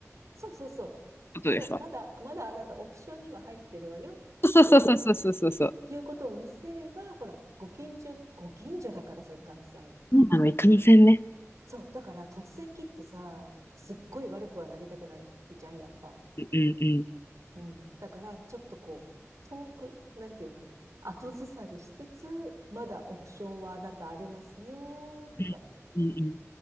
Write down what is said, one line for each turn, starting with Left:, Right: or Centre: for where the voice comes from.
Right: そうそうそう。
Left: ことですわ。
Right: そう。まだ、まだあなたオプションには入ってるわよって
Left: そうそうそうそうそうそうそう。
Right: いうことを見せれば、ほら、ご近所、ご近所だからさ、いかんせん。
Left: そうなの、いかんせんね。
Right: そう。だから突然切ってさ、すっごい悪くはなりたくないじゃん、やっぱ。
Left: うんうんうん。
Right: うん。だから、ちょっとこう、遠く、なんていうの後ずさりしつつ、まだオプションはあなたありますよ、みたいな。
Left: うんうん